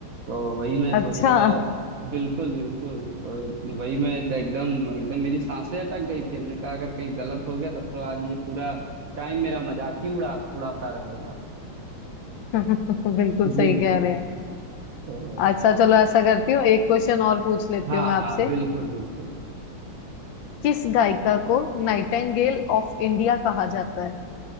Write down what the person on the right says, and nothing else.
तो वही मैं
सोचू यार बिल्कुल बिल्कुल तो वही मैं तो एकदम एकदम मेरी सांसें अटक गई थी हमने कहा अगर कहीं गलत हो गया तब तो आज ये पूरा टाइम मेरा मजाक ही उड़ा उड़ाता रहेगा
बिल्कुल
तो
हाँ
हाँ बिल्कुल बिल्कुल